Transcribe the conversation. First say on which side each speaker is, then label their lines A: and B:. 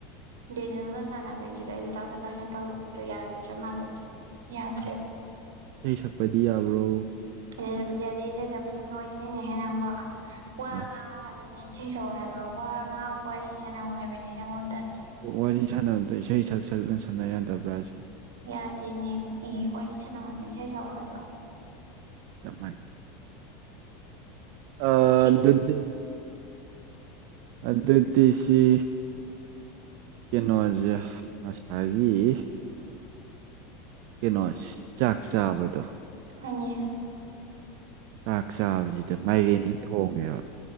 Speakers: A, on the right (about 80°); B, on the right (about 65°).
A: ꯗꯦꯅꯦꯜꯒ ꯁꯥꯟꯅꯕꯩꯗꯨꯗ ꯑꯩꯁꯨ ꯇꯥꯊꯣꯛ ꯇꯥꯁꯤꯟ ꯇꯧꯔꯨꯕꯗꯣ ꯌꯥꯈꯤꯗ꯭ꯔꯥ ꯃꯥꯜꯂꯦꯕ ꯌꯥꯗ꯭ꯔꯦ
B: ꯎꯝ ꯏꯁꯩ ꯁꯛꯄꯗꯤ ꯌꯥꯕ꯭ꯔꯣ
A: ꯏꯁꯩ ꯁꯛꯄꯗꯤ ꯌꯥꯗꯦ ꯏꯁꯩ ꯁꯛꯄꯁꯦ ꯅꯣꯏꯁꯅꯤꯅꯦꯍꯦ ꯅꯪꯕꯣ ꯋꯥ
B: ꯑꯦ
A: ꯉꯥꯡꯉꯣ ꯍꯥꯏꯕꯅꯦ ꯏꯁꯩ ꯁꯛꯑꯣ ꯍꯥꯏꯕ꯭ꯔꯣ ꯋꯥ ꯉꯥꯡꯉꯣ ꯋꯥꯔꯤ ꯁꯥꯅꯧ ꯍꯥꯏꯕꯅꯦ ꯅꯉꯣꯟꯗ
B: ꯋꯥꯔꯤ ꯁꯥꯟꯅꯕꯗ ꯏꯁꯩ ꯁꯛ ꯁꯛꯅ ꯁꯥꯟꯅ ꯌꯥꯗꯕ꯭ꯔꯥ ꯁꯤ
A: ꯌꯥꯗꯦꯅꯦ ꯑꯦ ꯋꯥꯔꯤ ꯁꯥꯟꯅꯧ ꯍꯥꯏꯕꯅꯦ ꯏꯁꯩ ꯁꯛꯑꯣ ꯍꯥꯏꯕ꯭ꯔꯣ
B: ꯆꯞ ꯃꯥꯟꯅꯩ ꯑꯥ
A: ꯁꯤꯡ
B: ꯗꯨꯗꯤ ꯑꯗꯨꯗꯤꯁꯤ ꯀꯦꯅꯣꯖꯦ ꯉꯁꯥꯏꯒꯤ ꯀꯦꯅꯣꯁ ꯆꯥꯛ ꯆꯥꯕꯗꯣ
A: ꯍꯣꯏꯅꯦ
B: ꯆꯥꯛ ꯆꯥꯕꯁꯤꯗ ꯃꯥꯏꯔꯦꯟꯗꯤ ꯊꯣꯡꯉꯦꯕ